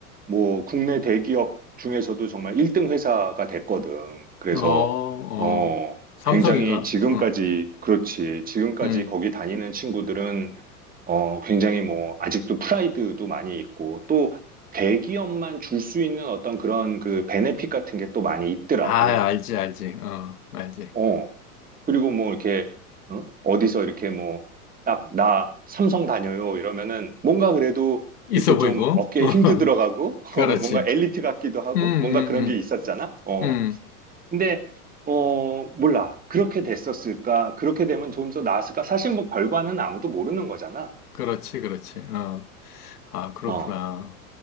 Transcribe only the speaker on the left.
어, 어,
삼성인가?
어,
음.
아, 알지, 알지. 어, 알지.
있어
보이고.
<laughs>
그렇지.
음, 음,
음, 음.
그렇지, 그렇지. 어, 아, 그렇구나.